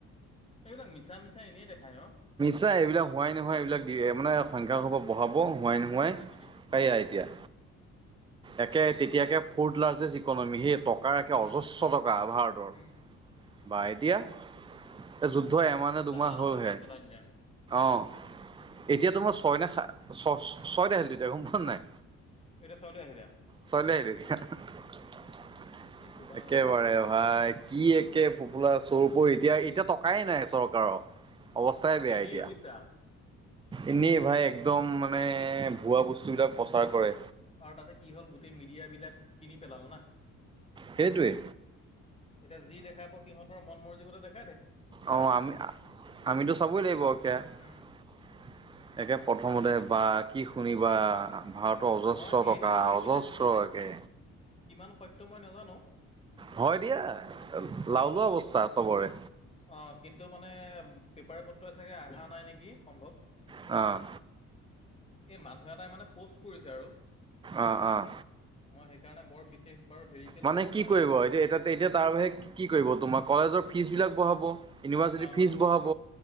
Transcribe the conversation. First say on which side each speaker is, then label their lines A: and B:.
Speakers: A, on the left; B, on the right.
A: এইবিলাক মিছা মিছা এনেই দেখায় ন?
B: ছা এইবিলাক হোৱাই নোহোৱাই এইবিলাক দিয়ে, মানে সংখ্যা সোপাহ বঢ়াব হোৱাই নোহোৱাই
A: সঁচাকে দেই
B: তাইয়া এতিয়া। একে তেতিয়াকে ফৰ্থ লাৰ্জেষ্ট ইকনমি হেট টকাৰ একে
A: উম
B: অজস্ৰ
A: উম
B: টকা ভাৰতৰ,
A: উম
B: বা এতিয়া? এ যু দ্ধ এমাহ নে দুমাহ
A: জাপানকো
B: হলহে
A: পিছ পেলাই দিলে
B: অঁ। এতিয়া তো মই ছয় ন ছয় ন খিলো তেতিয়া নাই?
A: এতি চাওলা আহিলা
B: ছয়লে আহিল এতিয়া একেবাৰে
A: কি কবা
B: ভাই কি একে ফোপোলা চোৰ এতিয়া এতিয়া টকাই নাই চৰকাৰৰ, অৱস্থাই
A: এইবিলাক
B: বেয়া
A: এনেই
B: এতিয়া।
A: বুজিছা
B: এনেই ভাই একদম মানে ভুৱা বস্তুবিলাক প্ৰচাৰ কৰে।
A: আৰু তাতে কি হ'ল গোটেই মিডিয়াবিলাক কিনি পেলালে না।
B: সেইটোৱে
A: এতিয়া যি দেখাব সিহঁতৰ মন মৰজিমতে দেখা-
B: অঁ আমি আমিতো চাবই লাগিব এতিয়া--একে
A: উম
B: প্ৰথমতে বা কি শুনিবা ভাড়াটো অজস্ৰ
A: মই এই
B: টকা
A: নিউজটো
B: অজস্ৰ
A: এতিয়া কিমান সত
B: একে
A: কিমান সত্য মই নাজানো।
B: হয় দিয়া লাওলোৱা
A: কিন্তু
B: অৱস্থা
A: উ
B: চবৰে
A: আহ, কিন্তু মানে পেপাৰে-পত্ৰয়ে চাগে অহা নাই নেকি সম্ভৱ।
B: অঁ,
A: এই মানুহ এটাই মানে প'ষ্ট কৰিছে আৰু।
B: অঁ, অঁ,
A: মই সেইকাৰণে বৰ বিশেষ বাৰু হেৰিকে লোৱাও
B: মানে কি
A: নাই
B: কৰিব এতিয়া এতি এতিয়া তাৰ বাহিৰে কি কৰিব তোমাৰ কলেজৰ ফিজ বিলাক বঢ়াব। ইউনিভাৰ্চিটিৰ
A: অ
B: ফিজ
A: অ
B: বঢ়াব